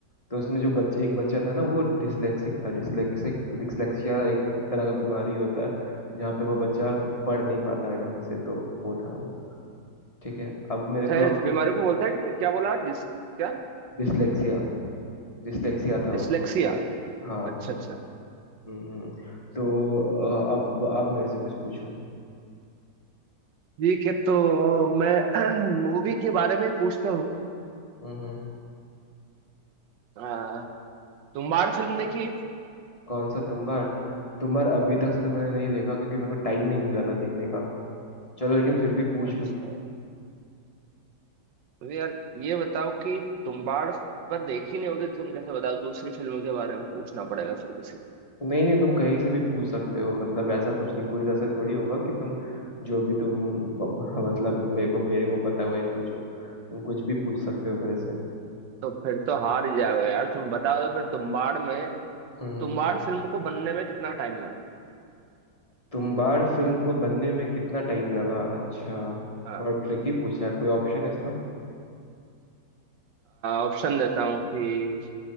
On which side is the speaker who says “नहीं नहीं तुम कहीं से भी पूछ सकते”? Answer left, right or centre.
Left